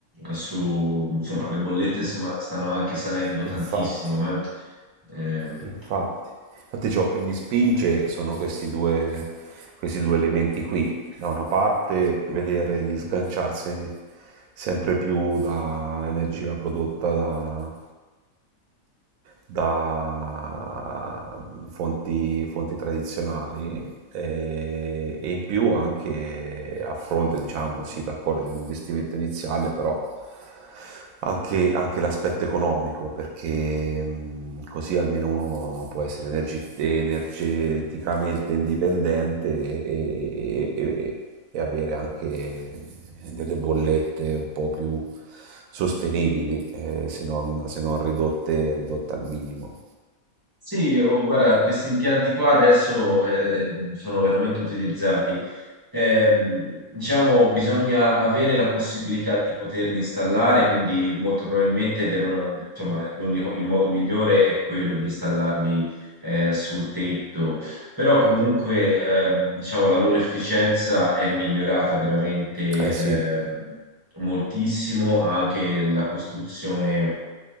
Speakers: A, on the right (about 20°); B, on the right (about 75°).
A: eh, su, insomma, le bollette, insomma, stanno anche salendo
B: Infatti,
A: tantissimo, eh. Ehm,
B: infatti, infatti ciò che mi spinge sono questi due, questi due elementi qui. Da una parte vedere di sganciarsi sempre più da energia prodotta da da fonti, fonti tradizionali eh, e in più anche a fronte, diciamo, sì, d'accordo, di un investimento iniziale, però anche, anche l'aspetto economico, perché mh, così almeno uno può essere energi- energeticamente indipendente e, e- e- e avere anche delle bollette un po' più sostenibili, eh, se non, se non ridotte, ridotte al minimo.
A: sì, oh, guarda, questi impianti qua adesso eh, sono veramente utilizzati. ehm, diciamo, bisogna avere la possibilità di poterli installare, quindi molto probabilmente devono, insomma, l'unico- il modo migliore è quello di installarli eh, sul tetto, però comunque ehm, diciamo, la loro efficienza è migliorata veramente
B: Eh sì,
A: ehm, moltissimo, anche la costruzione